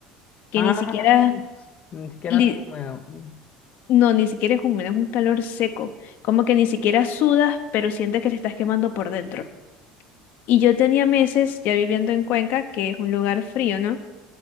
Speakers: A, on the left; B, on the left.
A: que
B: Ah,
A: ni siquiera,
B: ni siquiera
A: li-
B: es húmedo. Mm.
A: no, ni siquiera es húmedo, es un calor seco. Como que ni siquiera sudas, pero sientes que te estás quemando por dentro. Y yo tenía meses ya viviendo en Cuenca, que es un lugar frío, ¿no?